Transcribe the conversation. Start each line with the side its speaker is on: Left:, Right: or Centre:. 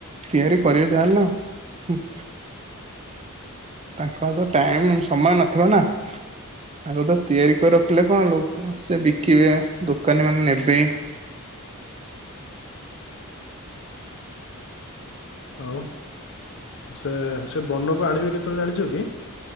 Right: ତିଆରି କରିବେ ଯାହେଲେନ ହୁଁ। ତାଙ୍କ ହାତରେ ଟାଇମ ସମୟ ନଥିବ ନା। ଆଗତ ତିଆରି କରି ରଖିଲେ କଣ ଲୋ ଅଁ ସେ ବିକିବେ ଦୋକାନୀମାନେ ନେବେ
Left: ଆଉ ସେ ସେ ବନକୁ ଆଣିବେ କେତଳେ ଜାଣିଚୁ କି?